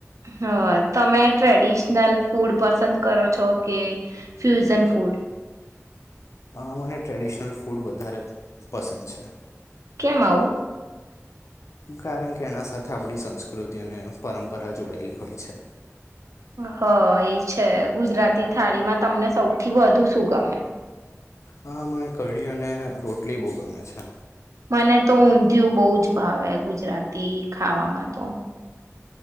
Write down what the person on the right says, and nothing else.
હ તમે ટ્રેડિશનલ ફૂડ પસંદ કરો છો કે ફ્યુઝન ફૂડ.
કેમ આવું.
હ એ છે ગુજરાતી થાળીમાં તમને સૌથી વધુ શું ગમે?
મને તો ઊંધિયું બહુ જ ભાવે ગુજરાતી ખાવામાં તો